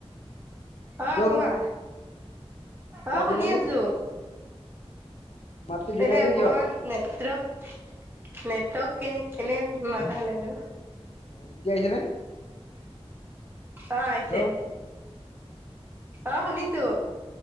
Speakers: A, on the right (about 20°); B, on the left (about 70°).
A: অ',
B: হেল্ল'
A: কোৱা। অ',
B: মাত
A: শুনি
B: দিয়া নাই যে
A: আছো।
B: মাতটো দিয়া
A: মানে
B: নাই যে
A: অকমান
B: কিয়
A: নেটৱৰ্ক নেটৱৰ্ক কে কেনে মাত আহা নাই আৰু।
B: অ', এতিয়া আহিছে নে?
A: অ', আহিছে
B: হেল্ল'
A: অ' শুনিছো।